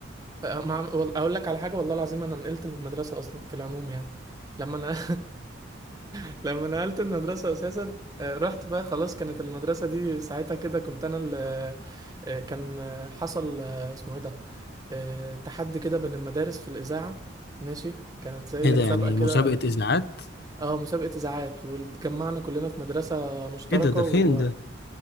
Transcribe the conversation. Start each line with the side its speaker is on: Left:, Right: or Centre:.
Right: أه، ما عم... وال- أقول لك على حاجة والله العظيم أنا نقلت من المدرسة أصلا في العموم يعني لما أنا <laughs> لما نقلت المدرسة أساسا آه، رحت بقى خلاص كانت المدرسة دي ساعتها كده كنت أنا ال... آه، كان آه، حصل آه، اسمه إيه ده آه، تحدي كده بين المدارس في الإذاعة ماشي كانت زي
Left: ايه ده
Right: مسابقة
Left: يعني
Right: كده
Left: مسابقه اذاعات؟
Right: اه مسابقة إذاعات واتجمعنا كلنا في مدرسة مشتركة
Left: ايه ده ده
Right: وده
Left: فين ده؟